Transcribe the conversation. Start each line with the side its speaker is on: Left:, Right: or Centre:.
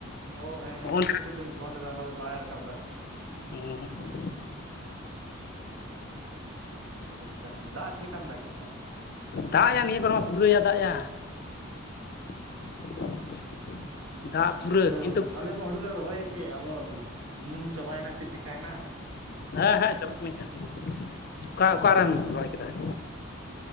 Right: ᱚ ᱦᱮᱸ ᱦᱮᱸ
Left: ᱦᱚᱸᱜᱼᱚ
Right: ᱵᱚᱥᱩᱫ ᱱᱤᱛᱚᱜᱧ ᱯᱷᱳᱱ ᱞᱮᱫᱟ ᱚᱱᱟ ᱫᱚ ᱵᱟᱭ ᱨᱟᱠᱟᱵ ᱮᱫᱟ
Left: ᱦᱩᱸ
Right: ᱚ ᱟᱪᱪᱷᱟ ᱟᱪᱪᱷᱟ ᱫᱟᱜ ᱪᱮᱫ ᱞᱮᱠᱟ ᱢᱮᱱᱟᱜᱼᱟ ᱠᱷᱮᱛᱨᱮ᱾
Left: ᱫᱟᱜᱭᱟ ᱱᱤᱭᱟᱹ ᱠᱚᱨᱮ ᱢᱟ ᱯᱩᱨᱟᱹᱭᱟ ᱫᱟᱜᱭᱟ᱾ <inaudible>
Right: <unintelligible>
Left: ᱫᱟᱜ ᱯᱩᱨᱟᱹ ᱠᱤᱱᱛᱩ
Right: ᱟᱞᱮ ᱢᱟ ᱦᱩᱲᱩᱞ ᱞᱮ ᱨᱚᱦᱚᱭ ᱠᱮ ᱟᱫᱚ ᱩᱱᱩᱢ ᱪᱟᱵᱟᱭᱮᱱᱟ ᱥᱮ ᱪᱤᱠᱟᱭᱮᱱᱟ
Left: ᱦᱮᱸ ᱦᱮᱸ ᱪᱟᱞᱟᱜᱠᱟᱱᱟᱧ ᱡᱟ ᱚᱠᱟ ᱚᱠᱟᱨᱮᱢ ᱨᱚᱦᱚᱭ ᱠᱮᱫᱟ᱾